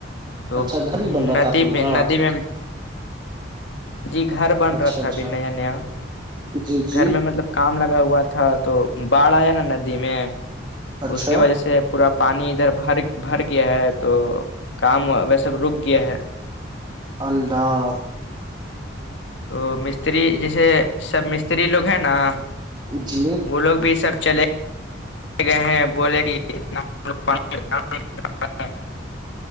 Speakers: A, on the left (about 70°); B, on the right (about 25°).
A: تو
B: اچھا گھر بھی بن رہا
A: ندی
B: تھا آپ لوگ
A: میں
B: کا
A: ندی میں جی گھر بن
B: اچھا
A: رہا تھا
B: اچھا
A: ابھی نیا نیا
B: جی جی
A: گھر میں مطلب کام لگا ہوا تھا تو باڑھ آیا نا ندی میں
B: اچھا
A: اس کی وجہ سے پورا پانی ادھر بھر بھر گیا ہے تو کام وی سب رک گیا ہے
B: اللہ
A: تو مستری جیسے سب مستری لوگ ہیں نا
B: جی
A: وہ لوگ بھی سب چلے ے گئے ہیں بولے کہتنا <unintelligible>